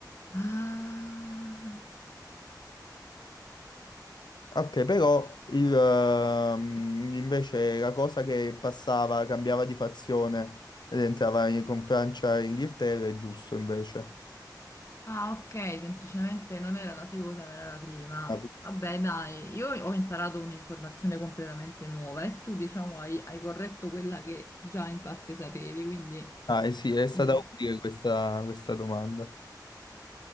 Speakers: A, on the left; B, on the left.
A: Ah,
B: Ok, però il, ehm, invece la cosa che passava, cambiava di fazione ed entrava in- con Francia e Inghilterra è giusto invece.
A: ah, ok, semplicemente non era la seconda, era la prima.
B: Ah,
A: Vabbè, dai, io ho imparato un'informazione completamente nuova e tu, diciamo, hai, hai corretto quella che già in parte sapevi, quindi
B: ah, eh sì, è stata
A: abbiamo...
B: utile questa, questa domanda.